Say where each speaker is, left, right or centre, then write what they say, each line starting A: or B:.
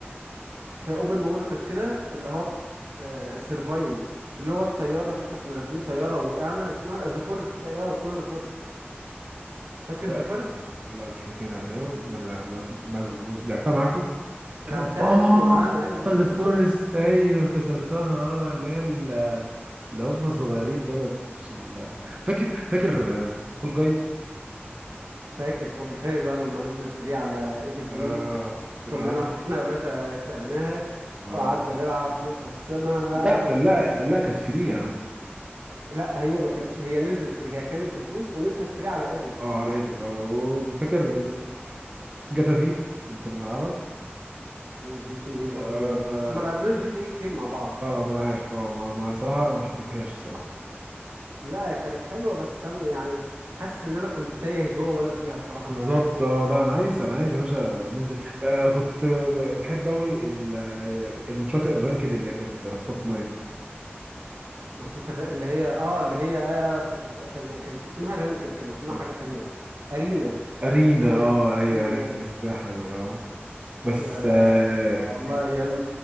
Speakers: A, on the right; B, on the right.
A: في اوبن وورلد كده اللي هو سرفايف اللي هو الطياره اللي احنا كنا راكبين طياره وقعنا اسمها ذا فورست تقريبا اه اسمها ذا فورست فاكر
B: لا
A: ذا فورست
B: لا مش فاكرها تمام ما- لا ما- ما- ما- لعبتها معاكم <laughs>
A: لعبتها
B: اه
A: يا ابني معانا ايوه
B: ذا
A: ذا
B: فورست
A: فورست
B: ايوه افتكرتها اه اللي هي ال- اللي هم الصغيرين دولت مش ال... فاكر فاكر فول جايز
A: فاكر فول جايزه لما نزلت فري على ايبك جيمز
B: اه كنا
A: كلنا
B: عم...
A: <laughs> رحنا يا باشا اشتريناها
B: اه
A: وقعدنا نلعب نل... بس ما
B: لا ما- لا لا كانت فري يا عم
A: لا هي ما كانتش هي نزلت فري هي كانت بفلوس ونزلت فري على ايبك
B: اه على ايبك اه وفاكر جاتا في لما كنا بنلعبها
A: جي تي اي برضه
B: آه
A: بس ما لعبناش جي تي اي كتير مع بعض
B: اه ما انا عارف اه ما ما صراحه أنا ما حبيتهاش صراحه
A: لا كانت حلوه بس انا يعني حاسس ان انا كنت تايه جوه وانا فيها بصراحه
B: بالظبط
A: ما
B: اه لا انا عايز انا عايز يا باشا ننزل آه كنت بحب قوي الماتشات الرانكد اللي كانت في فورتنايت
A: ماتشات الر- اللي هي اه اللي هي آه افتكرتها كان ما كانش اسمها رانكد كان اسمها
B: كانت
A: حاجه تانية ارينا
B: ارينا
A: اسمها ارينا
B: اه ايوه
A: اي
B: ارينا الساحه دي اه بس
A: آه
B: آه
A: والله
B: كان-
A: ايام